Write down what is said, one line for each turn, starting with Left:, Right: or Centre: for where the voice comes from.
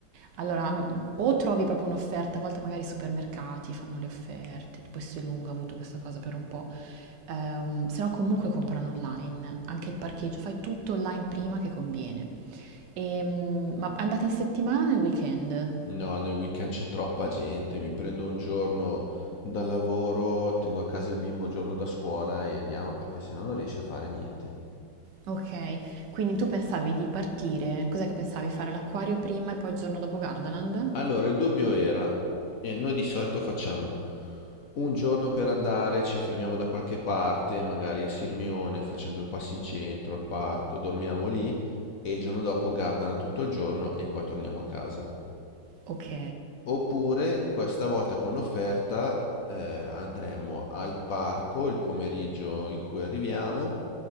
Right: allora, m- o trovi proprio un'offerta, a volte magari i supermercati fanno le offerte, tipo Essilunga ha avuto questa cosa per un po'. Ehm, se no comunque comprano online, anche il parcheggio, fai tutto online prima che conviene. Ehm, ma andate in settimana o nel weekend?
Left: No, nel weekend c'è troppa gente, mi prendo un giorno dal lavoro, tengo a casa il bimbo un giorno da scuola e andiamo perché sennò non riesci a fare niente.
Right: Ok, quindi tu pensavi di partire, cos'è che pensavi? Fare l'acquario prima e poi il giorno dopo Gardaland?
Left: Allora, il dubbio era, e noi di solito facciamo Un giorno per andare ci fermiamo da qualche parte, magari a Sirmione, facciamo due passi in centro, al parco, dormiamo lì e il giorno dopo Gardaland tutto il giorno e poi torniamo a casa.
Right: Ok,
Left: Oppure, questa volta con l'offerta, eh, andremmo al parco il pomeriggio in cui arriviamo,